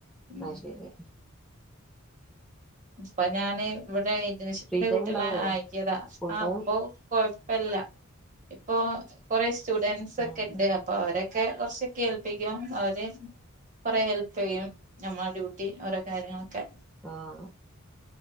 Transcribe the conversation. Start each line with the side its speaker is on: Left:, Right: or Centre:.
Right: ഉം
Centre: ആയ്ശരി
Right: ഇപ്പൊ ഞാന് ഇവിടെ ഇന്റേൺഷിപ്പിന്റെ
Centre: ഫ്രീ ടൈം
Right: കുട്ടികളെ
Centre: ഉണ്ടാവോ
Right: ആക്കിയതാ
Centre: ഫുൾ
Right: ആഹ്
Centre: ടൈം
Right: പ്പൊ കൊഴപ്പില്ല ഇപ്പൊ കൊറേ സ്റ്റുഡന്സ്
Centre: ഉം
Right: ഒക്കെ ഇണ്ട് അപ്പൊ അവരൊക്കെ കുറച്ചൊക്കെ ഏൽപ്പിക്കും അവര് കെറെ ഹെൽപ് ചെയ്യും നമ്മുടെ ഡ്യൂട്ടി ഓരോ കാര്യങ്ങളൊക്കെ
Centre: ആഹ്